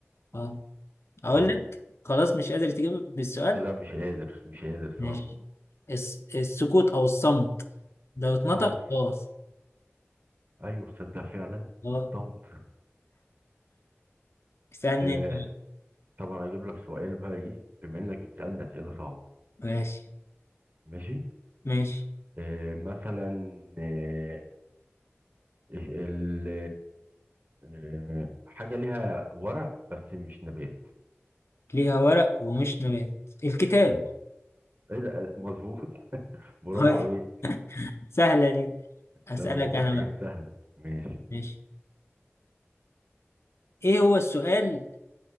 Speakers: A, on the left; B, on the right.
A: اه اقول
B: اه
A: لك خلاص مش قادر تجيب بالسؤال
B: لا مش قادر مش قادر
A: ماشي
B: صراحة
A: الس... السكوت او الصمت لو اتنطق
B: اه
A: باظ
B: ايوه تصدق فعلا
A: اه
B: الطمط
A: اسالني
B: <laughs> آه،
A: انت
B: طبعا اجيب لك سؤال بقى ايه بما انك بتسالني اسئله صعبه
A: ماشي
B: ماشي
A: ماشي
B: آه مثلا آه إيه، ال آه حاجه ليها ورق بس مش نبات
A: ليها ورق ومش نبات الكتاب
B: ايوه ايه ده آه، مظبوط <laughs> برافو
A: <laughs>
B: عليك
A: سهلة دي هسألك
B: ده انا بجيب
A: أنا
B: لك حاجات
A: بقى
B: سهله ماشي
A: ماشي إيه هو السؤال